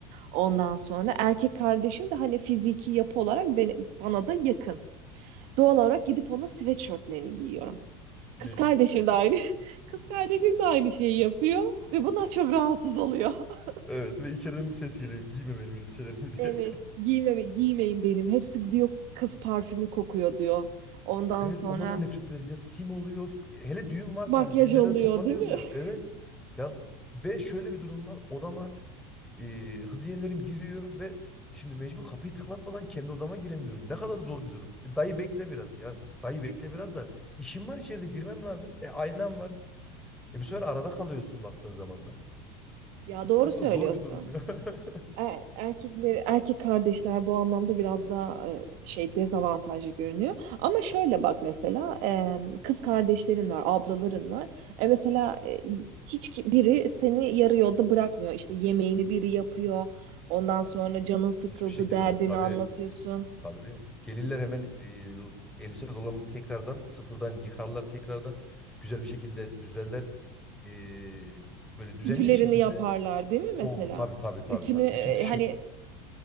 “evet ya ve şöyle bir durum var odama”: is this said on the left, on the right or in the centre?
Centre